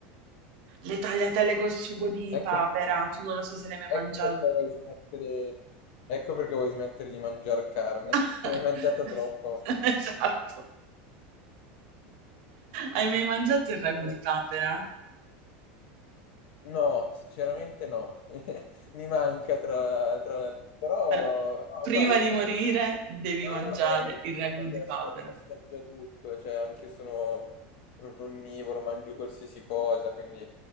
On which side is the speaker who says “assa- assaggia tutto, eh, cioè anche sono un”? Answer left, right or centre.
Left